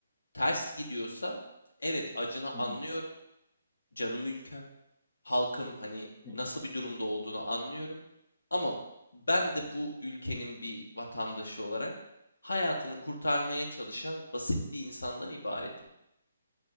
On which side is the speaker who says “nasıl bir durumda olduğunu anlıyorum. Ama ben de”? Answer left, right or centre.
Left